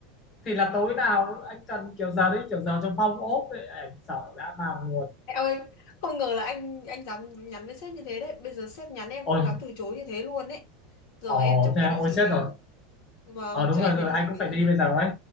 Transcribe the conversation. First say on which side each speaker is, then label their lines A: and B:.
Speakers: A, on the left; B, on the left.
A: thì là tối nào anh cần kiểu giờ đấy kiểu giờ trong phong ốp ấy, anh sợ dã man luôn
B: em ơi, không ngờ là anh anh dám nhắn với sếp như thế đấy. Bây giờ sếp nhắn em
A: ôi
B: không dám từ chối như thế luôn đấy. Giờ
A: ồ
B: em chắc
A: thế
B: phải
A: à?
B: đi
A: ôi
B: xử
A: chết
B: lý.
A: rồi
B: Vâng,
A: ờ đúng
B: chắc
A: rồi
B: em phải
A: rồi
B: đi
A: anh
B: xử
A: cũng
B: lý
A: phải
B: này.
A: đi bây giờ ấy